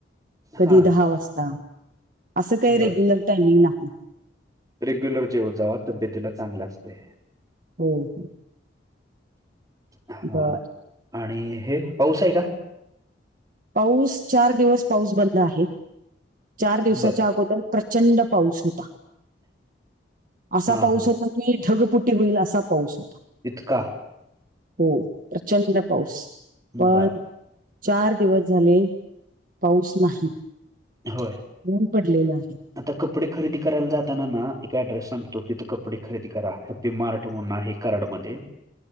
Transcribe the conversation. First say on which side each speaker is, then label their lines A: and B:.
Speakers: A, on the right; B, on the right.
A: कधी
B: हा
A: दहा वाजता अस काही
B: बर
A: रेग्युलर टायमिंग नाही
B: रेग्युलर जेव जाव तब्येतीला चांगलं असते
A: हो हो
B: हा
A: बर
B: आणि हे पाऊस आहे का
A: पाऊस चार दिवस पाऊस बंद आहे चार दिवसाच्या
B: बर
A: अगोदर प्रचंड पाऊस होता असा
B: हा
A: पाऊस
B: हा
A: होता कि ढगपुटी होईल असा पाऊस होता
B: इतका
A: हो प्रचंड पाऊस पण
B: बर
A: चार दिवस झा पाऊस नाही
B: होय
A: ऊन पडलेलं आहे.
B: आता कपडे खरेदी करायला जाताना ना एका ऍड्रेस सांगतो तिथं कपडे खरेदी करा बी मारठ म्हणून आहे कराड मध्ये